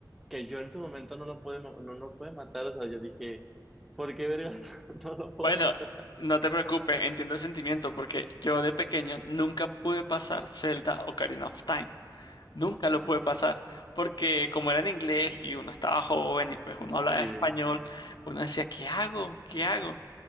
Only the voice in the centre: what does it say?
que yo en su momento no lo pude, ma- no lo pude matar, o sea, yo dije, ¿por qué verga <laughs> no lo puedo
matar?
Sí,